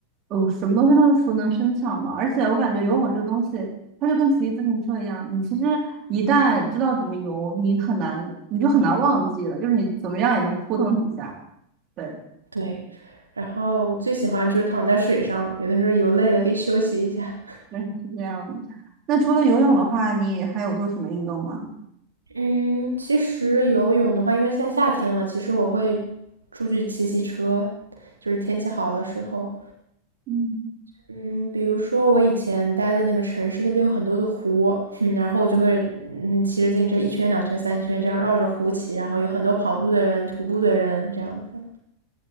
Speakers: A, on the right; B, on the right.
A: 呃，什么东西都是熟能生巧嘛。而且我感觉游泳这个东西，它就跟骑自行车一样，你其实一旦知道怎么游，你很难，你就很难忘记了，就是你怎么样也能扑腾几下。对，
B: 对，然后我最喜欢就是躺在水上，有的时候游累了可以休息一下。<laughs>
A: 对，是这样的。那除了游泳的话，你还有做什么运动吗？
B: 嗯，其实游泳的话，因为现在夏天了，其实我会出去骑骑车，就是天气好的时候。
A: 嗯，
B: 嗯，比如说我以前待的那个城市，那边有很多的湖，<laughs> 嗯，然后我就会嗯骑着自行车一圈、两圈、三圈这样绕着湖骑，然后有很多跑步的人、徒步的人这样子。